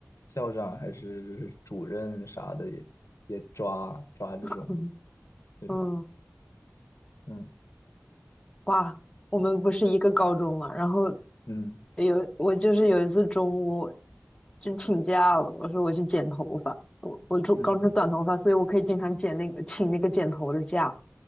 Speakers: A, on the left; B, on the left.
A: 校长还是主任啥的也也抓抓这种
B: 嗯
A: 这种，
B: 嗯，
A: 嗯
B: 哇，我们不是一个高中嘛，然后
A: 嗯
B: 有我就是有一次中午就请假了，我说我去剪头发，我我出刚出短头发，
A: 嗯
B: 所以我可以经常剪那个请那个剪头的假。